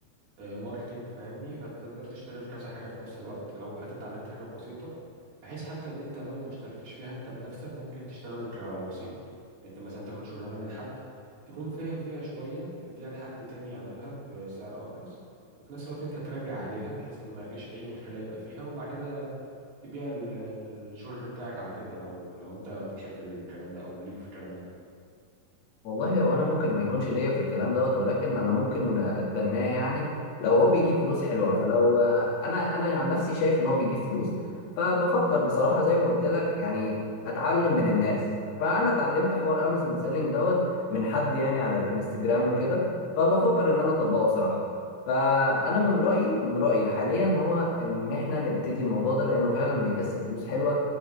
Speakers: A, on the right; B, on the left.
A: آه، ماركتينج فاهمني فانت تقدر تشتغل كذا حاجه في نفس الوقت لو حتى اتعلمت حاجات بسيطه بحيث حتى ان انت لو ما اشتغلتش فيها انت بنفسك ممكن تشتغل كوسيط انت مثلا تاخد شغلانه من حد تكون فاهم فيها شويه تديها لحد تاني يعملها بسعر ارخص وفي نفس الوقت انت تراجع عليها بحيث ان ما فيش اي مشكله يبقى فيها وبعد كده تبيع ال- الشغل بتاعك على كده لو لو انت بتحب الكلام ده او ليك في الكلام ده
B: والله هو انا ممكن ما يكونش ليا في الكلام دوت ولكن انا ممكن اتبناه يعني لو هو بيجيب فلوس حلوه فلو انا انا عن نفسي شايف ان هو بيجيب فلوس فبفكر بصراحه زي ما قلت لك يعني اتعلم من الناس فانا اتعلمت حوار امازون سيلينج دوت من حد يعني على الانستجرام وكده فبفكر ان انا اطبقه بصراحه فانا من رايي من رايي حاليا هو ان احنا نبتدي الموضوع ده لانه فعلا بيكسب فلوس حلوه